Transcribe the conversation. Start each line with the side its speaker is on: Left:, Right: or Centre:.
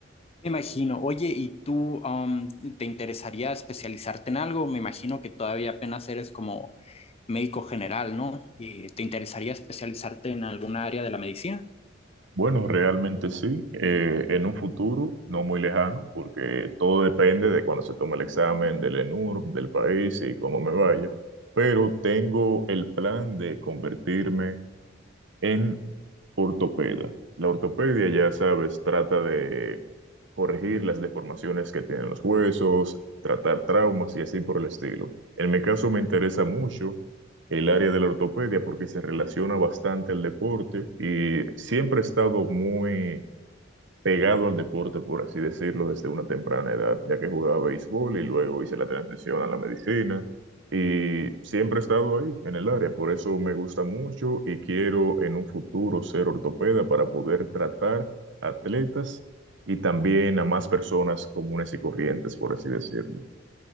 Left: me imagino. Oye, ¿y tú um, te interesaría especializarte en algo? Me imagino que todavía apenas eres como médico general, ¿no? ¿Y ¿Te interesaría especializarte en alguna área de la medicina?
Right: Bueno, realmente sí. Eh, en un futuro no muy lejano, porque todo depende de cuando se tome el examen del ENURB, del país y cómo me vaya. Pero tengo el plan de convertirme en ortopeda. La ortopedia, ya sabes, trata de corregir las deformaciones que tienen los huesos, tratar traumas y así por el estilo. En mi caso me interesa mucho el área de la ortopedia porque se relaciona bastante al deporte y siempre he estado muy pegado al deporte, por así decirlo, desde una temprana edad, ya que jugaba béisbol y luego hice la transición a la medicina y siempre he estado ahí, en el área, por eso me gusta mucho y quiero en un futuro ser ortopeda para poder tratar atletas y también a más personas comunes y corrientes, por así decirlo.